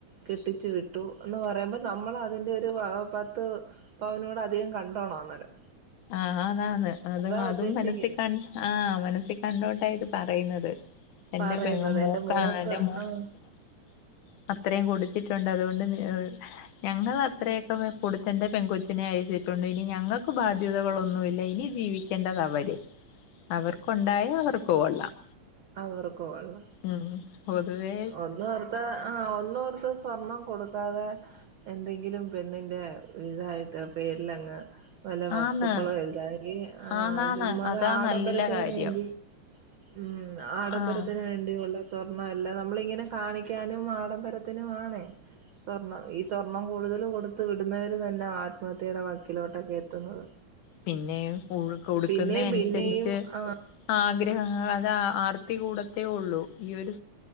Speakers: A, on the right; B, on the left.
A: കെട്ടിച്ച് വിട്ടുന് പറയുബോ നമ്മളതിന്റെ പത്ത പവന നിങ്ങൾ അധികം കണ്ടോണോ അന്നേരം.
B: ആ അതാണ് അതും
A: അതാ
B: അതും
A: ഉദ്ദേശിക്കുന്നെ
B: മനസ്സിൽ കണ് ആ മനസ്സിൽ കണ്ട്ണ് ഇത് പറയുന്നത്. എന്റെ
A: പറയുന്നത്
B: പെ മൂക്ക
A: എന്റെ മോക്ക്
B: എന്റെ മൂ അ <unintelligible>
A: ആഹ്
B: അത്രയും കുടിച്ചിട്ടുണ്ട് അതുകൊണ്ട് ഞങ്ങൾ അത്രയൊക്കെ കൊടുത്ത എന്റെ പെൺകുച്ചിനെ അയച്ചിട്ടുണ്ട് ഇനി ഞങ്ങൾക്ക് ബാധ്യതകളൊന്നുമല്ല ഇനി ജീവിക്കേണ്ടത് അവര്. അവർക്കുണ്ടായ അവർക്ക് കൊള്ളാം.
A: അവർക്ക കൊള്ള
B: ഉം പൊതുവേ
A: ഒന്നോർത്ത ആ ഒന്നോർത്ത സ് സ്വർണം കൊടുക്കാതെ എന്തെങ്കിലും പെണ്ണിൻ്റെ ഇതായിട്ട് പേരിലങ്ങ് വല്ല വസ്തുക്കളേ
B: ആന്ന്
A: എഴുതാന് ആ
B: ആന്നാന്ന്
A: ചുമ്മാത
B: അതാ
A: ആഡംബരത്തിന്
B: നല്ല കാര്യം
A: വേണ്ടി ഉം ആഡംബരത്തിന്
B: ആഹ്
A: വേണ്ടിയുള്ള സ സ്വർണ അല്ല നമ്മള് ഇങ്ങനെ കാണിക്കാനും ആഡംബരത്തിനും ആണേ സ്വർണം ഈ സ്വർണ്ണം കൂടുതൽ കൊടുത്ത വിടുന്നവര് തന്നെയ ആത്മഹത്യയുടെ വക്കിലോട്ടൊക്കെ എത്തുന്നത്.
B: പിന്നെ ഉൾ കൊടുക്കുന്ന
A: പിന്നെയും
B: അനുസരിച്ച്
A: പിന്നെയും ആ
B: ആഗ്രഹങ്ങൾ അത് ആർ ആർത്തി കൂടത്തേ ഉള്ളൂ ഈ ഒരു